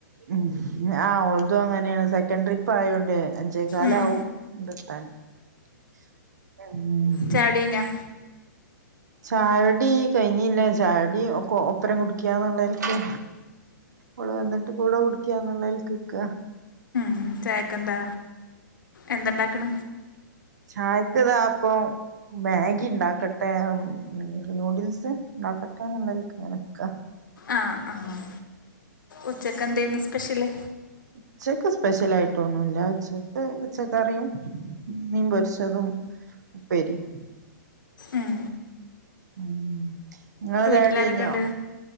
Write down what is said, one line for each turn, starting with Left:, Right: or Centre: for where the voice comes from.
Right: ഉം ആഹ് ഓൾതും അങ്ങനെയാണ് സെക്കൻഡ് ട്രിപ്പ് ആയൊണ്ട് അഞ്ചേക്കാല്
Left: ഉം
Right: ആവും ഇവിടെ എത്താൻ ഉം
Left: ചായുടി കഴിഞ്ഞോ
Right: ചായുടി കഴിഞ്ഞില്ല ചായുടി ഒപ്പരം കുടിക്കാന്നുള്ളലക്ക് ഓള് വന്നിട്ട് കൂടെ കുടിക്കുകാന്നുള്ളതില് നിക്ക
Left: ഉം ചായക്ക് എന്താ എന്തണ്ടാക്ക്ണ്
Right: ചായക്ക്താ പ്പം മാഗി ഉണ്ടാക്കട്ടെ നൂഡിൽസ് ഉണ്ടാക്കട്ടെന്നുള്ളതിൽക്ക് നിക്ക
Left: ആഹ് ആഹ് ഉച്ചക്ക് എന്ത്യ്ന്നു സ്പെഷ്യല്
Right: ഉവ്വക്ക് സ്പെഷ്യൽ ആയിട്ടൊന്നുല്ല ഉച്ചക്ക് പച്ചക്കറിയും മീൻ പൊരിച്ചതും ഉപ്പേരിയും
Left: ഉം
Right: ഉം നിങ്ങളെ
Left: വീട്ടിലാരൊക്കെ
Right: ചായുടി കഴിഞ്ഞോ
Left: ഉണ്ട്